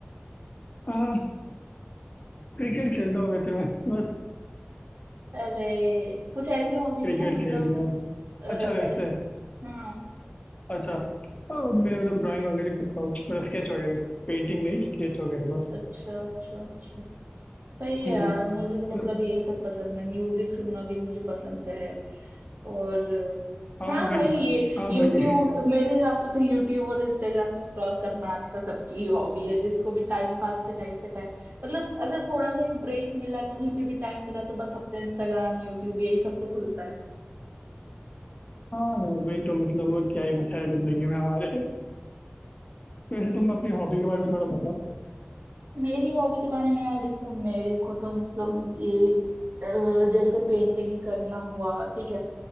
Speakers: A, on the left (about 35°); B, on the right (about 55°).
A: हाँ क्रिकेट खेलता हूँ वैसे मैं बस
B: अरे कुछ ऐसी हॉबी नहीं
A: क्रिकेट
B: है मतलब
A: खेल लिया
B: अ, अ,
A: अच्छा वैसे
B: हाँ
A: अच्छा तो मैं मतलब ड्राइंग वगैरह करता हूँ मतलब स्केच वगैरह पेंटिंग नहीं स्केच वगैरह बस
B: अच्छा अच्छा अच्छा सही
A: हम्म,
B: है यार मुझे तो
A: मतलब
B: मतलब यही सब पसंद है म्यूजिक सुनना भी मुझे पसंद है और अ,
A: हाँ
B: हाँ
A: भाई
B: भाई ये
A: हाँ
B: यूट्यूब
A: भाई
B: मेरे हिसाब से तो यूट्यूब और इंस्टाग्राम स्क्रॉल करना आजकल सबकी ही हॉबी है जिसको भी टाइम पास के टाइम पे टाइम मतलब अगर थोड़ा सा भी ब्रेक मिला कहीं पे भी टाइम मिला तो बस सबका इंस्टाग्राम यूट्यूब यही सब तो खुलता है
A: हाँ यार, वही तो मतलब और क्या ही बचा है जिंदगी में हमारे वैसे तुम अपनी हॉबी के बारे में थोड़ा बताओ
B: मेरी हॉबी के बारे में यार देखो मेरे को तो मतलब ये अ, जैसे पेंटिंग करना हुआ ठीक है